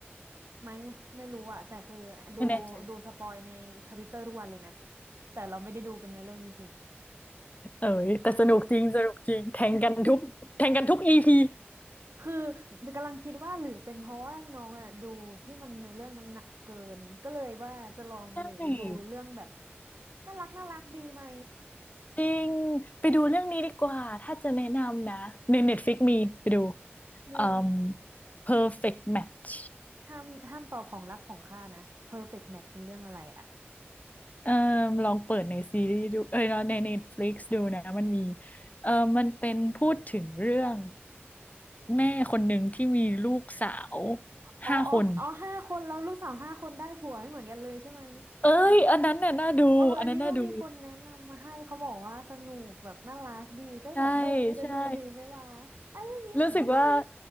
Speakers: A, on the right (about 80°); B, on the left (about 35°).
A: ไม่ไม่รู้อะแต่คือดูดูสปอยในทวิตเตอร์ทุกวันเลยนะ
B: ไม่แน่ใจ
A: แต่เราไม่ได้ดูเป็นเนื้อเรื่องจริงๆ
B: เอ้ยแต่สนุกจริงสนุกจริงแทงกันทุกแทงกันทุกอีพี
A: คือกำลังคิดว่าหรือเป็นเพราะว่าน้องอ่ะดูที่มันเนื้อเรื่องมันหนักเกินก็เลยว่าจะลองหรือดูเรื่องแบบ
B: ใช่
A: น่ารักน่ารักดีไหม
B: จริงไปดูเรื่องนี้ดีกว่าถ้าจะแนะนำนะใน Netflix มีไปดู
A: เรื่อง
B: อืม Perfect Match
A: ห้ามห้ามตอบของรักของข้านะ Perfect Match คือเรื่องอะไรอ่ะ
B: เออลองเปิดในซีรีส์ดูเอ้ยเนาะใน Netflix ดูนะมันมีเออมันเป็นพูดถึงเรื่องแม่คนหนึ่งที่มีลูกสาว
A: อ๋ออ๋ออ๋อห้าคนแล้วลูกสาวห้าคนได้ผัวไม่เหมือนกันเลยใช่ไหม
B: ห้าคนเอ้ยอันนั้นน่ะน่าดูอันนั้นน่าดู
A: เอออันนี้ก็มีคนแนะนำมาให้เขาบอกว่าสนุกแบบน่ารักดีก็แบบเออจะดูดีไหมวะไอ้เรื่องนี้เหมือน
B: ใช่ใช่รู้สึกว่า